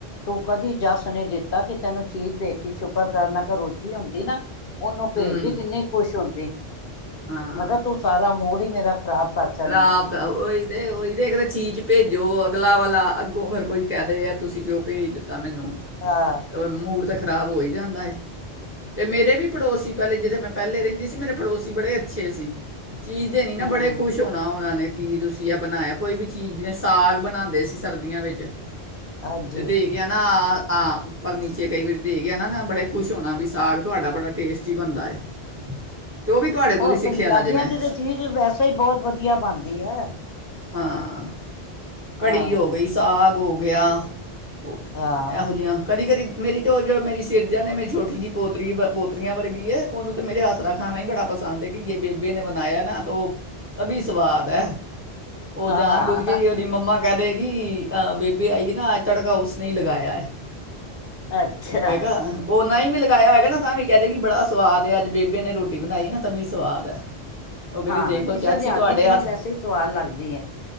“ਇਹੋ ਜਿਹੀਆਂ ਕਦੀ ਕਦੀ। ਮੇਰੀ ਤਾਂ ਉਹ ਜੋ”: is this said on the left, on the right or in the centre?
Right